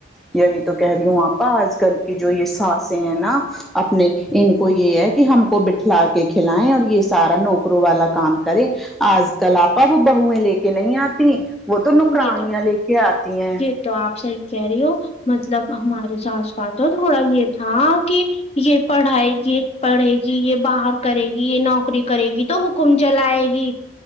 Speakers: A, in the centre; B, on the left (about 30°).
A: یہی تو کہہ رہی ہوں آپا آج کل کی جو یہ ساسیں ہیں نا اپنے ان کو یہ ہے کہ ہم کو بٹھلا کے کھلائیں اور یہ سارا نوکروں والا کام کریں آج کل آپا وہ بہویں لے کے نہیں آتی وہ تو نکرانیاں
B: یہ تو
A: لے کے آتی ہیں
B: یہ تو آپ صحی کہہ رہی ہو مطلب ہمارے ساس ب تو تھوڑا یہ تھا کہ یہ پڑھائے گی پڑھے گی جی یہ باہر کرے گی یہ نوکری کرے گی تو حکم چلائے گی